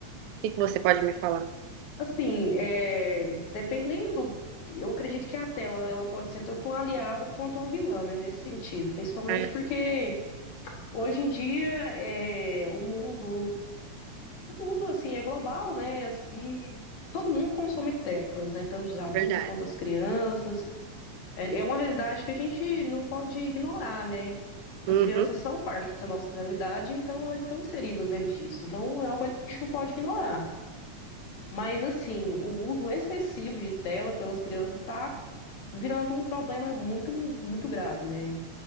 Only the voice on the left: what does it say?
Assim, é, dependendo, eu acredito que a tela ela pode ser tanto um aliado quanto uma vilã, né, nesse sentido, principalmente
porque hoje em dia é, o mundo, o mundo assim é global, né? E todo mundo consome telas, né? Tanto os adultos
quanto as crianças. É, é uma realidade que a gente não pode ignorar, né?
As crianças são parte da nossa realidade, então elas estão inseridas dentro disso. Então é uma coisa que a gente não pode ignorar. Mas, assim, o uso excessivo de tela pelas crianças está virando um problema muito, muito grave, né?